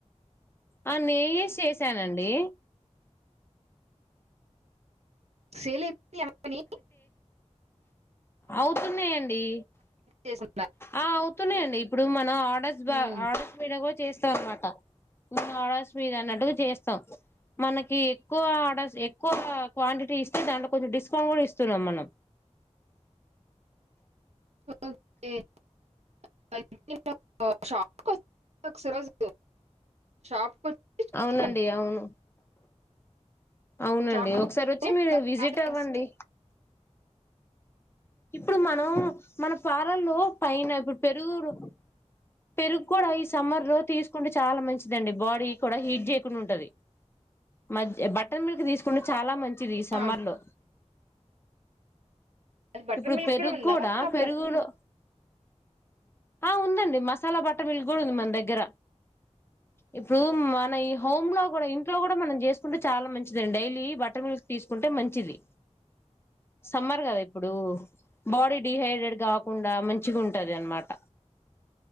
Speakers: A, on the left; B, on the right.
A: ఆ నేయ్యిసి చేసానండి
B: సేలె ఎమ్ అని
A: అవుతున్నాయ్ అండి
B: చేసుకున్నాం
A: ఆ అవుతున్నాయ్ అండి ఇప్పుడు మనం ఆడర్స్ బ
B: ఉమ్,
A: ఆర్డర్స్ మీద చేస్తాం అనమాట ఆర్డర్స్ మీద అన్నట్టుగా చేస్తాం మనకి ఎక్కువ ఆర్డర్స్ ఎక్కువ క్వాంటిటీ ఇస్తే దాంట్లో కొంచ స్ ఫోన్ కూడ ఇస్తున్నాం మనం
B: ఒకే <unintelligible> <unintelligible> <inaudible> షాప్కి వస్తే చూస్తా
A: అవునండి అవును అవునండి
B: షాప్కి
A: ఒకసార్
B: వస్తే
A: వచ్చి మీరు
B: నాకు
A: విజిట్
B: బాగా
A: అవ్వండి
B: తెలుస్తుంది.
A: ఇప్పుడు మనం మన పారల్లో పైన ఇప్పుడు పెరుగురు పెరుగు కూడా ఈ సమ్మర్ లో తీసుకుంటే చాలా మంచిదండి బాడీ కూడా హీట్ చేయకుండా ఉంటది మధ్య బట్టన్ మిల్క్ తీసుకు ఇప్పుడు చాలా మంచిది ఈ సమ్మర్
B: ఆ,
A: లో
B: అది బటర్
A: ఇప్పుడు
B: మిల్క్
A: పెరుగు
B: ఉందా
A: కూడా
B: మన షాప్లో
A: పెరుగులో ఆ ఉందండి మస్ మసాలా బటర్ మిల్క్ కూడా ఉంది మన దగ్గర ఇప్పుడు మన ఈ హోమ్ లో కూడా ఇంట్లో కూడా మనం చేసుకుంటే చాలా మంచిదిండి డైలీ బటర్ మిల్క్ తీసుకుంటే మంచిది సమ్మర్ కదా ఇప్పుడు బాడీ డిహైడెడ్గా కా కాకుండా మంచిగా ఉంటది అనమాట